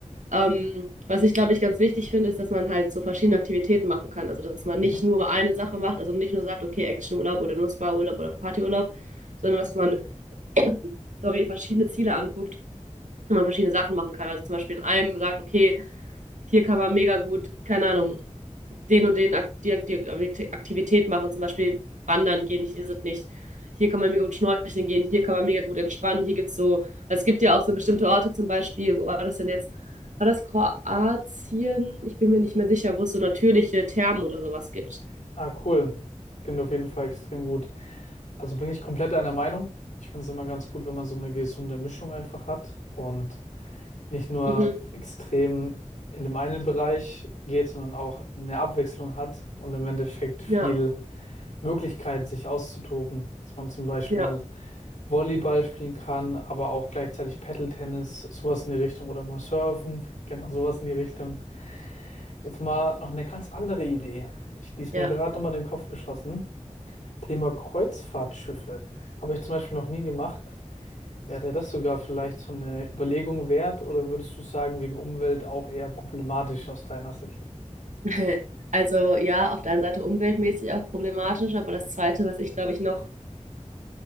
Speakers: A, on the right (about 80°); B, on the left (about 75°).
A: Ähm, was ich, glaube ich, ganz wichtig finde, ist, dass man halt so verschiedene Aktivitäten machen kann. Also dass man
B: Mhm.
A: nicht nur eine Sache macht, also nicht nur sagt, okay, Actionurlaub oder nur Spa-Urlaub oder Partyurlaub, sondern dass man, <coughs> <clears throat> sorry, verschiedene Ziele anguckt und man verschiedene Sachen machen kann. Also zum Beispiel in einem sagt, okay, hier kann man mega gut, keine Ahnung, den und den Aktivität machen, zum Beispiel wandern gehen, ich weiß es nicht. Hier kann man mega gut schnorcheln gehen, hier kann man mega gut entspannen, hier gibt's so, es gibt ja auch so bestimmte Orte zum Beispiel, wo war das denn jetzt? War das Kroatien? Ich bin mir nicht mehr sicher, wo es so natürliche Thermen oder sowas gibt.
B: Ah, cool. Klingt auf jeden Fall extrem gut. Also bin ich komplett einer Meinung. Ich finde es immer ganz gut, wenn man so eine gesunde Mischung einfach hat und nicht nur
A: Mhm.
B: extrem in dem einen Bereich geht, sondern auch eine Abwechslung hat und im Endeffekt viel
A: Ja,
B: Möglichkeit, sich auszutoben. Dass man zum Beispiel
A: ja,
B: mal Volleyball spielen kann, aber auch gleichzeitig Paddle-Tennis, sowas in die Richtung oder mal Surfen, genau sowas in die Richtung. Jetzt mal noch eine ganz andere Idee. Ich, die ist
A: ja.
B: mir gerade nochmal in den Kopf geschossen. Thema Kreuzfahrtschiffe habe ich zum Beispiel noch nie gemacht. Wäre das sogar vielleicht so eine Überlegung wert oder würdest du sagen, wegen Umwelt auch eher problematisch aus deiner Sicht?
A: <laughs> Also ja, auf der einen Seite umweltmäßig auch problematisch, aber das Zweite, was ich glaube ich noch